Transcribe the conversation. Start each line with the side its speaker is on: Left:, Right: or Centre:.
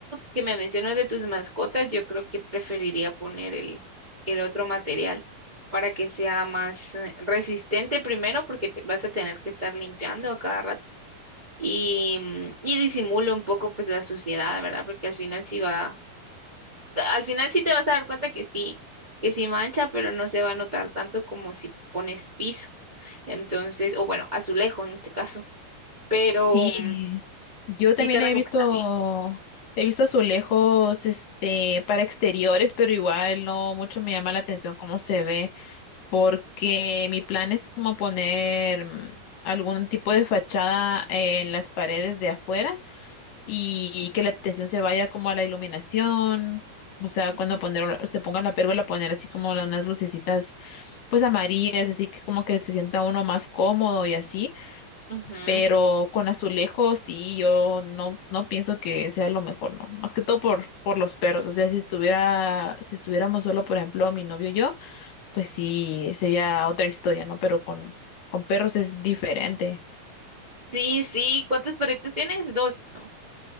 Right: que me mencionas de tus mascotas, yo creo que preferiría poner el, el otro material. para que sea más eh, resistente primero, porque te- vas a tener que estar limpiando a cada rato y, mm, y disimula un poco pues la suciedad, ¿verdad? Porque al final sí va, al final sí te vas a dar cuenta que sí, que sí mancha, pero no se va a notar tanto como si pones piso. Entonces, o bueno, azulejo en este caso, pero
Left: Sí,
Right: mm,
Left: yo
Right: sí
Left: también
Right: te recomendaría.
Left: he visto, he visto azulejos, este, para exteriores, pero igual no mucho me llama la atención cómo se ve, porque mi plan es como poner mm, algún tipo de fachada en las paredes de afuera y que la atención se vaya como a la iluminación, o sea,
Right: Ujú.
Left: cuando poner, se ponga la pérgola, poner así como unas lucecitas, pues amarillas, así que como que se sienta uno más cómodo y así
Right: Ujú.
Left: pero con azulejos sí, yo no, no pienso que sea lo mejor, no, más que todo por, por los perros, o sea, si estuviera, si estuviéramos solo, por ejemplo, mi novio y yo, pues sí, sería otra historia, ¿no? Pero con, con perros es diferente.
Right: Sí, sí, ¿cuántos perritos tienes? Dos, ¿no?